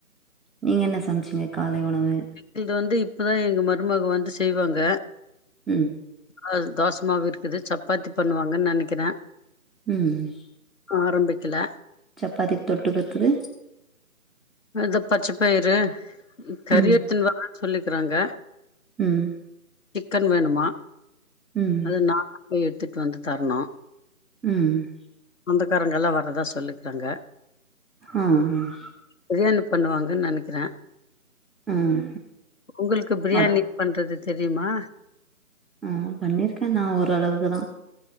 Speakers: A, in the centre; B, on the left (about 60°).
A: நீங்க என்ன சம்ச்சீங்க காலை உணவு?
B: ங்குள்து வந்து இப்பதா எங்க மருமக வந்து செய்வாங்க.
A: ம்.
B: அது தோசமாவு இருக்குது சப்பாத்தி பண்ணுவாங்கன் நெனைக்கறே.
A: ம்.
B: ஆரம்பிக்கல.
A: சப்பாத்திக் தொட்டுக்குர்துக்கு
B: அதா பச்ச பயிரு கறி
A: ம்,
B: எட்த்துன் வரன் சொல்லிக்கறாங்க.
A: ம்.
B: சிக்கன் வேணுமா
A: ம்,
B: அது நாங்க போயி எடுத்துட் வந்து தரணு.
A: ம்.
B: சொந்தக்காரங்க எல்லா வரதா சொல்லிக்காங்க.
A: ம் ம்.
B: பிரியாணி பண்ணுவாங்கன் நெனக்கிறே.
A: ஆ. ம்.
B: உங்குளுக்கு பிரியாணி
A: மத்
B: பண்றது தெரிமா?
A: ம் பண்ணிருக்கே நா ஒரளவுக்குதா.